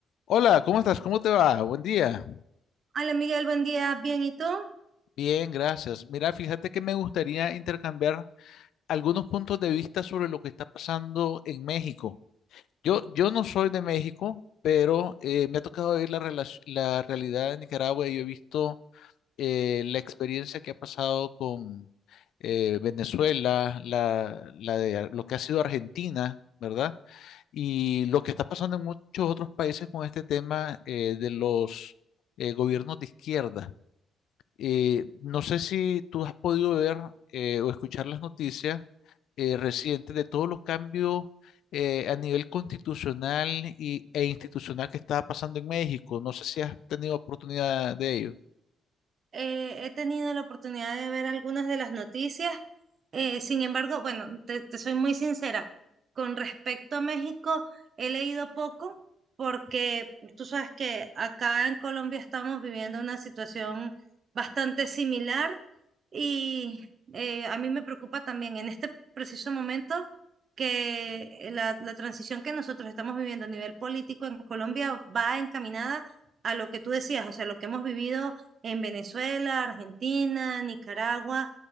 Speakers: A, on the left; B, on the right.
A: Hola, ¿cómo estás? ¿Cómo te va? Buen día.
B: Hola Miguel, buen día, bien, ¿y tú?
A: Bien, gracias. Mira, fíjate que me gustaría intercambiar algunos puntos de vista sobre lo que está pasando en México. Yo, yo no soy de México, pero eh, me ha tocado ver la, relac- la realidad de Nicaragua y yo he visto eh, la experiencia que ha pasado con eh, Venezuela, la, la de Ar- lo que ha sido Argentina, ¿verdad? Y lo que está pasando en muchos otros países con este tema eh, de los eh, gobiernos de izquierda. Eh, no sé si tú has podido ver eh, o escuchar las noticias eh, recientes de todos los cambios eh, a nivel constitucional y, e institucional que estaba pasando en México. No sé si has tenido oportunidad de ello.
B: eh, he tenido la oportunidad de ver algunas de las noticias. Eh, sin embargo, bueno, te, te soy muy sincera, con respecto a México, he leído poco porque tú sabes que acá en Colombia estamos viviendo una situación bastante similar y eh, a mí me preocupa también en este preciso momento que la, la transición que nosotros estamos viviendo a nivel político en Colombia va encaminada a lo que tú decías, o sea, lo que hemos vivido en Venezuela, Argentina, Nicaragua.